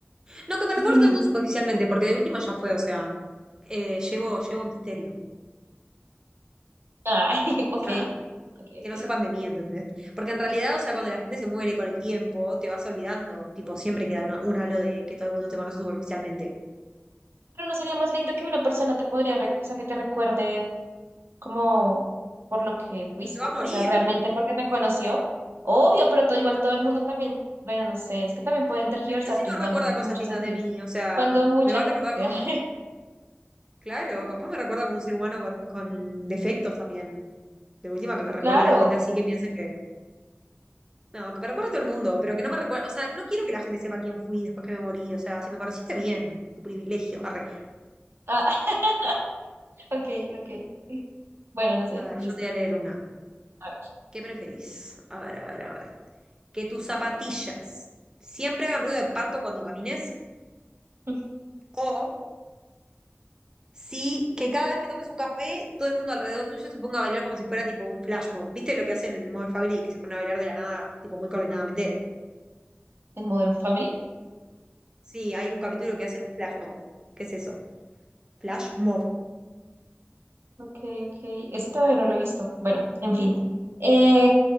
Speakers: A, on the right; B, on the right.
A: No, que me recuerdo
B: <laughs>
A: muy superficialmente, porque de última ya fue, o sea, eh, llevo, llevo misterio.
B: Ay, <laughs>
A: O
B: ok,
A: sea,
B: ok,
A: que
B: ok.
A: no sepan de mí, ¿entendés? Porque en realidad, o sea, cuando la gente se muere con el tiempo, te vas olvidando, tipo, siempre queda una- un halo de que todo el mundo te conoce superficialmente.
B: Pero no sería más lindo que una persona te podría, rec- o sea, que te recuerde como por lo que fuiste,
A: Pero se va a
B: o
A: morir.
B: sea, realmente porque te conoció. Obvio, pero todo igual todo el mundo también, bueno, no sé, es que también pueden tergiversar
A: Pero mirá si
B: tu
A: no
B: imagen
A: recuerda
B: en
A: cosas
B: muchos
A: lindas
B: sentidos.
A: de mí, o sea,
B: Cuando mucha
A: me va a
B: gente,
A: recordar co-
B: <laughs> ah,
A: Claro, capaz me recuerda como un ser humano con, con defectos también. De última, que me recuerde
B: claro,
A: la gente así que piensen que... No, que me recuerde a todo el mundo, pero que no me recuerde... O sea, no quiero que la gente sepa quién fui después que me morí. O sea, si me conociste bien, tu privilegio. Arre.
B: ah, <laughs> ok, ok. Bueno, no sé,
A: A ver,
B: listo.
A: yo te voy a leer una.
B: A ver,
A: ¿Qué preferís? A ver, a ver, a ver. que tus zapatillas siempre hagan ruido de pato cuando camines
B: <laughs>
A: o si que cada vez que tomes un café todo el mundo alrededor tuyo se ponga a bailar como si fuera tipo un flash mob. ¿Viste lo que hacen en Modern Family que se ponen a bailar de la nada, tipo muy coordinadamente?
B: en Modern Family.
A: Sí, hay un capítulo que hacen un flash mob. ¿Qué es eso? Flash mob.
B: Ok, ok. Eso todavía no lo he visto. Bueno, en fin. Eh,